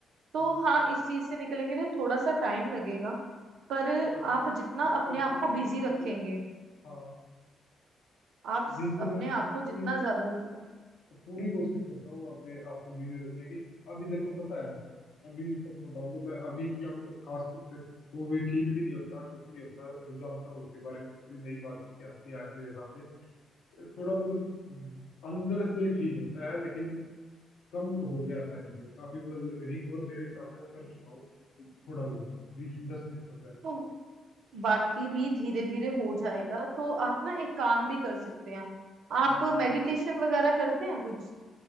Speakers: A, on the right (about 65°); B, on the left (about 70°).
A: तो
B: हम्म।
A: हाँ इस चीज से निकलेंगे तो थोड़ा सा टाइम लगेगा पर
B: क्या वो
A: आप जितना अपने
B: कैसे
A: आप को
B: मैं
A: बिजी
B: उसको
A: रखेंगे
B: हाँ
A: आप स-
B: बिजी
A: अपने
B: रखने की
A: आप
B: मैं पूरी
A: को जितना ज्यादा बिजी रखेंगे
B: पूरी कोशिश करता हूँ मैं अपने आप को बिजी रखने की अभी देखो पता है अभी सच बताऊँ तो मैं अभी इतना मतलब खास कुछ वो भी फील भी नहीं होता दुख नहीं होता जब जानता हूँ उसके बारे में कुछ भी नई बात उसकी आती है मेरे सामने थोड़ा मतलब अंदर से फील होता है लेकिन कम हो गया पहले से काफी मतलब रिकवर मेरे हिसाब से वो कर चुका हूँ थोड़ा बहुत बीस दस बीस परसेंट।
A: तो बाकी भी धीरे धीरे हो जाएगा तो आप ना एक काम भी कर सकते हैं आप
B: हाँ बताओ
A: मेडिटेशन वगैरह करते हैं कुछ